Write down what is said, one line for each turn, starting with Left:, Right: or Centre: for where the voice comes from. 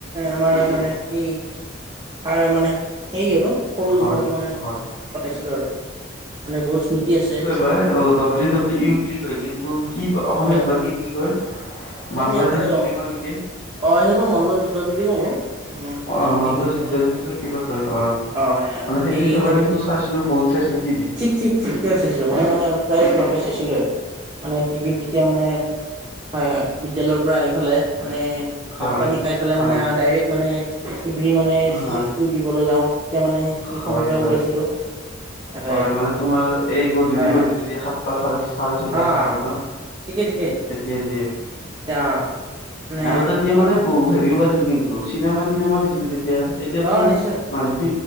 Right: আমাৰ মানে সেই আৰু মানে সেই আৰু সৰু
Left: হয়
Right: জীৱনটো মানে
Left: হয়
Right: কতাইছিলো আৰু মানে বহুত স্মৃতি আছে।
Left: ক অ ডাব্লউ ডাব্লিউ ইউ বুলি কয়, কিন্তু কি অসমীয়াত
Right: হয়
Left: বা কি বুলি কয়? মাল্লাজিজ
Right: আমি ইয়াত তাকেতো
Left: বুলি কয় নেকি?
Right: অ সেনেকুৱা মল্ল যুদ্ধ বুলি ক'ব মানে
Left: অ', মাল্লা
Right: এই
Left: যুদ্ধ
Right: ক'লে
Left: বুলি কয়, কিবা কয় অ'।
Right: হয় হয়
Left: মানে সেইটো
Right: এই
Left: খেলা
Right: তেনেকুৱা
Left: কিন্তু চাইছিলোঁ বহুত চাইছিলোঁ টিভিত।
Right: ঠিক ঠিক ঠিক, চাইছিলোঁ মানে মানে প্ৰায়কে চাইছিলোঁ, মানে টিভিত যেতিয়া মানে হয় হয়, বিদ্যালয়ৰ পৰা আহি পেলাই, মানে
Left: হয়
Right: ভাত পানী খাই পেলাই
Left: হয়
Right: মানে, ডাইৰেক্ট মানে, টিভিৰ মানে চুইচটো
Left: হয়
Right: দিবলৈ যাওঁ। তেতিয়া মানে সেইখনকে
Left: হয় হয়
Right: ওলাইছিলো। তাকে
Left: হয়, মানে তোমাৰ এই গধূলি
Right: হয়
Left: গধূলি
Right: হয়
Left: দিয়ে সাতটা চাৰে চাৰে ছয়টা
Right: অ
Left: সাততা মানত,
Right: ঠিকেই ঠিকেই
Left: তেতিয়া দিয়ে।
Right: অ মানে
Left: আৰু তেতিয়া
Right: ভাল
Left: মানে বিহু হেৰি ওলাইছিল কিন্তু, চিনেমা তিনেমাও দিছিল তেতিয়া, এতিয়াতো
Right: অ', নিশ্চয়।
Left: মানুহটো